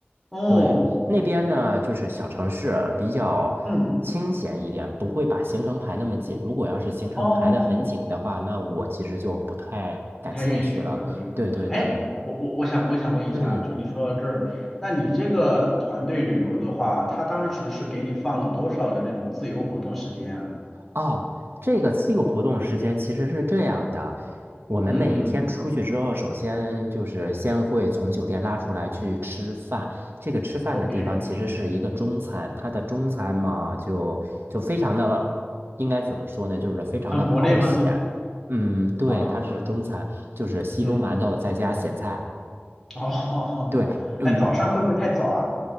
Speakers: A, in the centre; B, on the right (about 70°).
A: 哦，
B: 对，那边呢，就是小城市比较清闲一点，
A: 嗯，
B: 不会把行程排那么紧。如果要是行程排得很紧的话，
A: 哦哦哦，哦，
B: 那我其实就不太感兴趣了。
A: 不太愿意选择了是吧？
B: 对对对，
A: 哎，我我我想我想问一下啊，
B: 嗯。
A: 就你说到这儿，那你这个团队旅游的话，他当时是给你放了多少的那种自由活动时间啊？
B: 哦，这个自由活动时间其实是这样的，我们每一天出去之后，
A: 嗯嗯
B: 首先就是先会从酒店拉出来去吃饭。这个吃饭的地方其实是一个中餐，
A: ，OK，
B: 它的中餐嘛，就就非常的，应该怎么说呢？就是非常的保险。
A: 很国内吗？
B: 嗯，对，
A: 啊，
B: 它是中餐，就是稀粥馒头再加咸菜。
A: 嗯，哦，
B: 对，
A: <laughs>
B: 嗯，
A: 哎，早上会不会太早啊？